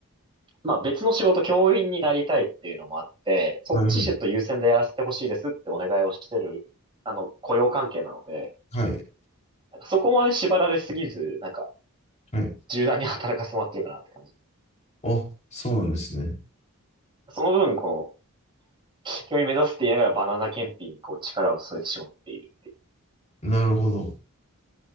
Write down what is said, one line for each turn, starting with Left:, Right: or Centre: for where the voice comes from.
Right: まあ別の仕事、教員になりたいっていうのもあって、そっちちょっと優先でやらせてほしいですってお願いをしてる、
Left: はい。
Right: あの、雇用関係なので、
Left: はい。
Right: なんかそこまで縛られすぎず、なんか、
Left: はい。
Right: 柔軟に働かせてもらってるかなって感じ。
Left: あ、そうなんですね。
Right: その分、この、教員目指すって言いながらバナナ検品にこう力を添えてしまっている。
Left: なるほど。